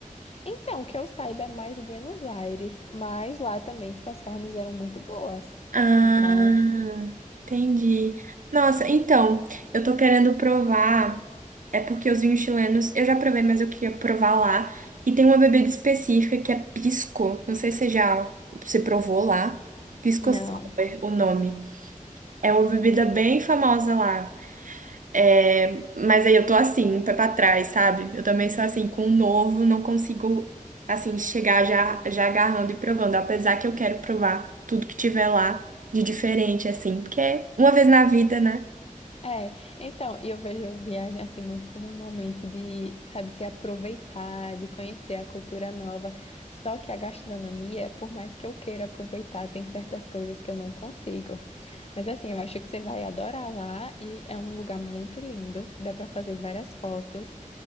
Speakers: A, on the left (about 45°); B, on the right (about 70°).
A: Então, que eu saiba é mais Buenos Aires, mas lá também, tipo, as carnes eram muito boas.
B: Ah,
A: Então,
B: entendi. Nossa, então, eu tô querendo provar. É porque os vinhos chilenos eu já provei, mas eu queria provar lá. E tem uma bebida específica que é pisco. Não sei se você já se provou lá. Pisco
A: não.
B: Sour, o nome. É uma bebida bem famosa lá. É, mas aí eu tô assim, um pé pra trás, sabe? Eu também sou assim, com o novo, não consigo, assim, chegar já, já agarrando e provando. Apesar que eu quero provar tudo que tiver lá de diferente, assim, porque é uma vez na vida, né?
A: É, então, e eu vejo viagem assim muito como um momento de, sabe, se aproveitar, de conhecer a cultura nova. Só que a gastronomia, por mais que eu queira aproveitar, tem certas coisas que eu não consigo. Mas assim, eu acho que você vai adorar lá e é um lugar muito lindo, dá pra fazer várias fotos.